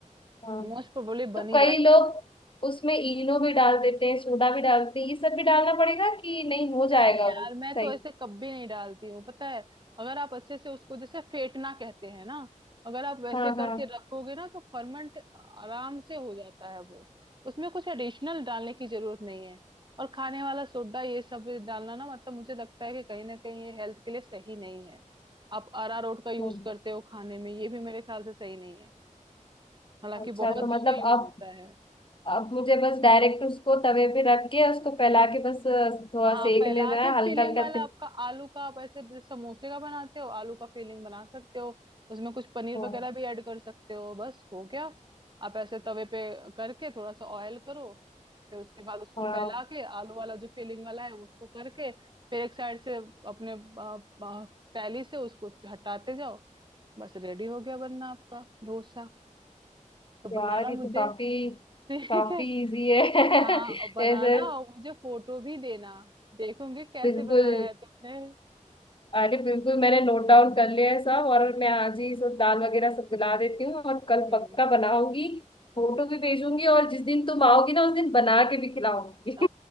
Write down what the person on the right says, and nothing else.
मोस्ट प्रोबेबली
बन ही
जाता
है
नहीं
यार
मैं
तो ऐसे कभी नहीं डालती हूँ पता है अगर आप अच्छे से उसको जैसे फेंटना कहते हैं ना अगर आप वैसे
करके
रखोगे ना तो फर्मेंट आराम से हो जाता है वो उसमें कुछ एडिशनल डालने की जरूरत नहीं है और खाने वाला सोडा ये सब डालना ना मतलब मुझे लगता है कि कहीं ना कहीं ये हेल्थ के लिए सही नहीं है आप अरारोट का यूज
करते हो खाने में ये भी मेरे ख्याल से सही नहीं है हालांकि
बहुत
जगह
यूज
होता है
हाँ
फैला
के
फीलिंग
वाला
आपका आलू का आप ऐसे जैसे समोसे का बनाते हो आलू का फीलिंग बना सकते हो उसमें कुछ पनीर
वगैरह भी ऐड कर सकते हो बस हो गया आप ऐसे तवे पे करके थोड़ा सा ऑयल करो फिर उसके बाद उसको
फैला के आलू वाला जो फीलिंग वाला है उसको करके फिर एक साइड से अपने आ, आ, तैली से उसको हटाते जाओ बस रेडी हो गया बनना आपका डोसा तो बनाना
मुझे
ठीक
है
हाँ बनाना
और मुझे फोटो भी देना देखूंगी कैसे
बनाया है तुमने
हम्म
आ,